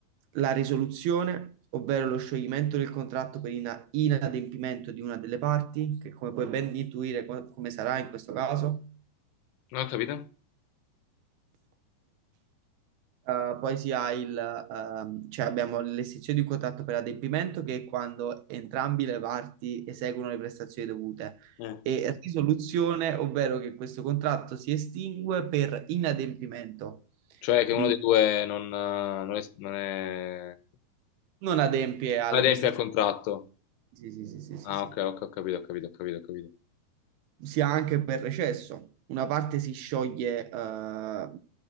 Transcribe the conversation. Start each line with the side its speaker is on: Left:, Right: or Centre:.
Right: la risoluzione, ovvero lo scioglimento del contratto per ina- inadempimento di una delle parti, che come puoi ben intuire co- come sarà in questo caso,
Left: Non ho capito?
Right: Uh, poi si ha il, ehm, cioè abbiamo l'estinzione di un contratto per adempimento che è quando entrambi le parti eseguono le prestazioni dovute
Left: Eh.
Right: e risoluzione, ovvero che questo contratto si estingue per inadempimento
Left: Cioè, che
Right: di
Left: uno
Right: un
Left: dei due non, eh, non è, non è-
Right: non adempie alle
Left: non adempie
Right: prestazioni.
Left: al contratto.
Right: Sì, sì, sì, sì, sì,
Left: Ah,
Right: sì.
Left: ok, ok, ho capito, ho capito, ho capito, ho capito.
Right: sia anche per recesso. Una parte si scioglie eh,